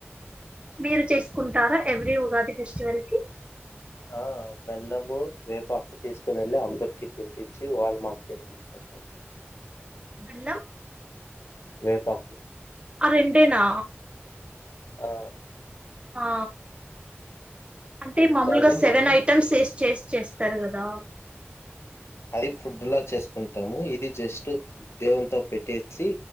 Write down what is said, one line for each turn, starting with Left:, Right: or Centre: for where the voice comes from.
Right: మీరు చేసుకుంటారా ఎవ్రీ ఉగాది ఫెస్టివల్ కి
Left: ఆ బెల్లము వేపాక్క తీసుకుని వెళ్ళి అందరికి తినిపించి వాల్ మాక్ తినిపించాం
Right: బెల్లం
Left: వేపాకు
Right: ఆ రెండేనా
Left: ఆ
Right: ఆ అంటే
Left: మిగతాది
Right: మామూలుగా సెవెన్
Left: మా
Right: ఐటెమ్స్ చెస్ చెస్ చేస్తార్ కదా
Left: అది ఫుడ్లో చేసుకుంటాము ఇది జస్ట్ దేవంతో పెట్టేసి